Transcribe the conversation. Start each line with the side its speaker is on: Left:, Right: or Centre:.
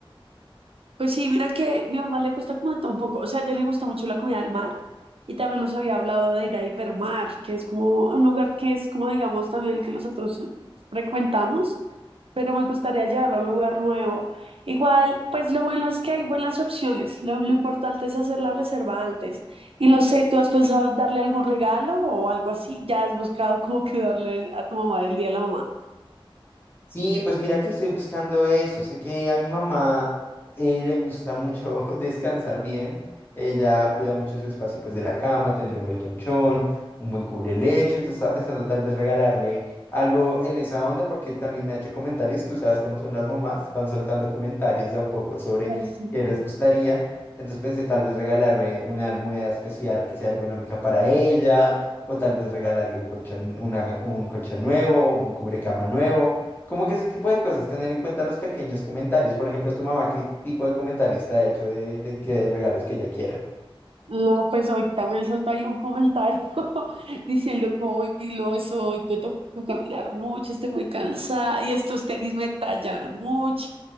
Right: Pues sí, mira que mi mamá le gusta como de todo un poco, o sea, a ella le gusta mucho la comida del mar y también nos había hablado de ir a Hipermar, que es como un lugar que es como digamos también el que nosotros frecuentamos, pero me gustaría llevarlo a un lugar nuevo. Igual, pues lo bueno es que hay buenas opciones, lo, lo importante es hacer la reserva antes. Y no sé, ¿tú has pensado en darle algún regalo o algo así? ¿Ya has buscado como que darle a tu mamá del día de la mamá?
Left: Sí, pues mira que estoy buscando eso. Sé que a mi mamá eh, le gusta mucho <laughs> descansar bien. Ella cuida mucho su espacio pues de la cama, tener un buen colchón, un buen cubrelecho. Entonces estaba pensando tal vez regalarle algo en esa onda porque también me ha hecho comentarios. Tú sabes cómo son las mamás, van soltando comentarios de a poco sobre
Right: Pues sí.
Left: qué les gustaría. Entonces pensé tal vez regalarle una almohada especial que sea ergonómica para ella o tal vez regalarle un colchón, una- un colchón nuevo, un cubrecama nuevo. Como que ese tipo de cosas, tener en cuenta los pequeños comentarios. Por ejemplo, tu mamá, ¿qué tipo de comentario está hecho de, de qué regalos que ella quiera?
Right: No, pues ahorita me soltó ahí un comentario <laughs> diciendo como "Uy, no soy, me tocó caminar mucho, estoy muy cansada y estos tenis me tallan mucho.